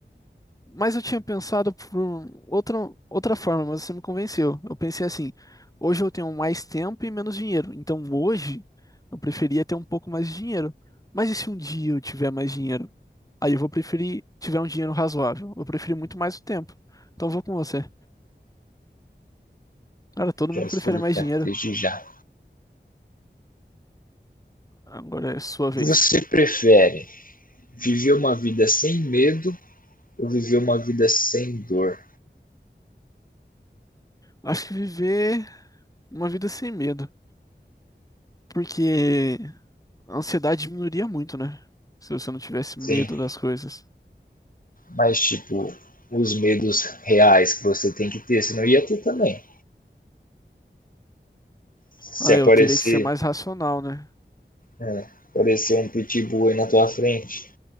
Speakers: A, on the left; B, on the left.
A: Mas eu tinha pensado por um outra, outra forma, mas você me convenceu. Eu pensei assim, hoje eu tenho mais tempo e menos dinheiro. Então hoje eu preferia ter um pouco mais de dinheiro. Mas e se um dia eu tiver mais dinheiro? Aí eu vou preferir tiver um dinheiro razoável. Eu prefiro muito mais o tempo. Então eu vou com você. Cara, todo mundo
B: Já escolhi
A: prefere mais
B: o tempo
A: dinheiro.
B: desde já.
A: Agora é sua vez.
B: Você prefere viver uma vida sem medo ou viver uma vida sem dor?
A: Acho que viver uma vida sem medo. Porque a ansiedade diminuiria muito, né? Se você não tivesse medo
B: Sim,
A: das coisas.
B: mas tipo, os medos reais que você tem que ter, senão ia ter também. Se
A: Ah, eu
B: aparecer,
A: teria que ser mais racional, né?
B: é, aparecer um pitbull aí na tua frente,